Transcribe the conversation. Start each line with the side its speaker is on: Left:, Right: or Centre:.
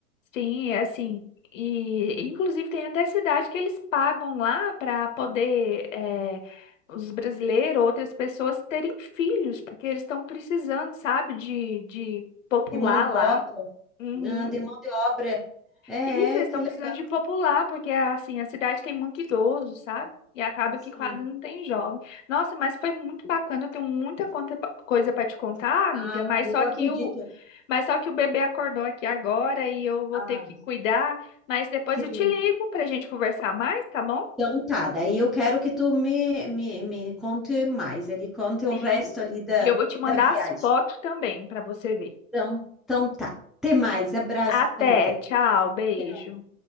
Left: Sim, é assim, e inclusive tem até cidade que eles pagam lá para poder eh, os brasileiros, outras pessoas terem filhos, porque eles estão precisando, sabe, de, de popular
Centre: De mão de
Left: lá.
Centre: obra.
Left: Uhum.
Centre: Ah, de mão de obra. É,
Left: Isso, eles
Centre: é, que
Left: estão
Centre: legal.
Left: precisando de popular, porque assim, a cidade tem muito idoso, sabe? E acaba
Centre: Sim.
Left: que quase não tem jovem. Nossa, mas foi muito bacana, eu tenho muita conta- coisa para te contar, amiga,
Centre: Ah,
Left: mas só
Centre: eu acredito.
Left: que o, mas só que o bebê acordou aqui agora e eu vou
Centre: Ah,
Left: ter que cuidar, mas depois
Centre: sim.
Left: eu te ligo pra gente conversar mais, tá bom?
Centre: Então tá, daí eu quero que tu me, me, me conte mais ali, conte o
Left: Sim.
Centre: resto ali da,
Left: E eu vou te mandar
Centre: da viagem.
Left: as fotos também pra você ver.
Centre: Então, então tá. Até mais. Abraço,
Left: Até,
Centre: amiga.
Left: tchau, beijo.
Centre: Tchau.